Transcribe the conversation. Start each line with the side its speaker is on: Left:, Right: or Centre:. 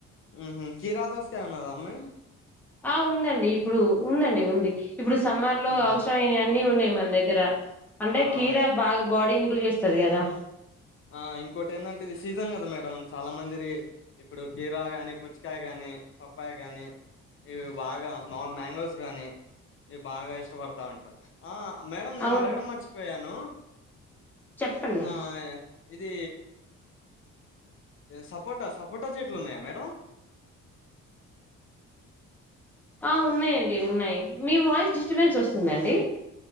Left: ఉహు కిరా దోసకాయ ఉన్నాద మీ
Centre: ఆ ఉందండి ఇప్పుడు ఉందండి ఉంది ఇప్పుడు సమ్మర్ లో
Left: ఉహు
Centre: అవసర అయ్యే అన్ని ఉన్నాయి మన దగ్గర అంటే
Left: ఆ
Centre: కీరా బాగా బాడీ ని చేస్త తది గదా
Left: ఆ ఇంకోటి ఏందంటే ఇది సీజన్ మేడం చాలా మంది ఇప్పుడు కీరా గాని పుచ్చకాయ గానీ పప్పాయి గానీ ఇవి బాగా మా మ్యాంగోస్ గానీ ఇవి బాగా ఇష్ట ష్టపడతా ఉంటారు ఆ మేడం నేను
Centre: అవును
Left: అడగడం మర్చిపోయాను
Centre: చెప్పండి
Left: ఆ ఇది సపోటా సపోటా చెట్లు ఉన్నాయా మేడం
Centre: ఆ ఉన్నాయండి ఉన్నాయి మీ వాయిస్ డిస్టర్బెన్స్ వస్తుందండి